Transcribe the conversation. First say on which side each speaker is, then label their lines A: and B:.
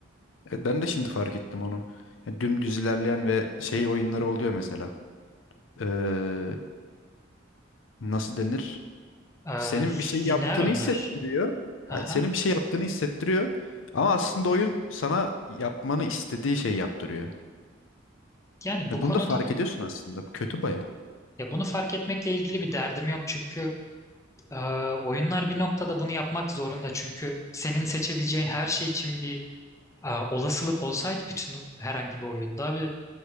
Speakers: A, on the left; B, on the left.
A: Evet ben de şimdi fark ettim onu. Yani dümdüz ilerleyen ve şey oyunları oluyor mesela. Ee, nasıl denir?
B: Ee,
A: Senin bir şey
B: lineer
A: yaptığını
B: oyunlar.
A: hissettiriyor.
B: Aha.
A: Yani senin bir şey yaptığını hissettiriyor. Ama aslında oyun sana yapmanı istediği şeyi yaptırıyor.
B: Yani
A: Yani
B: bu konuda
A: bunu da fark ediyorsun aslında. Bu kötü baya.
B: ya bunu fark etmekle ilgili bir derdim yok çünkü Ee, oyunlar bir noktada bunu yapmak zorunda çünkü senin seçebileceğin her şey için bir e, olasılık olsaydı bütün herhangi bir oyunda abi